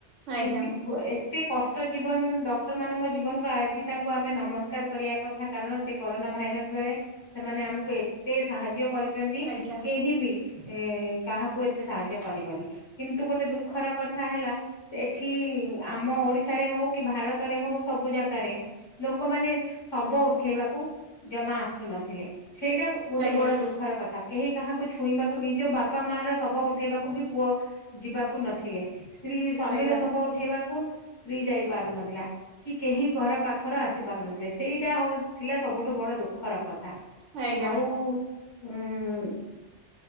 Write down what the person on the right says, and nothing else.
ଆଜ୍ଞା
ଆଜ୍ଞା
ଆଜ୍ଞା ଆଜ୍ଞା
ଆଜ୍ଞା
ଆଜ୍ଞା ଆଜ୍ଞା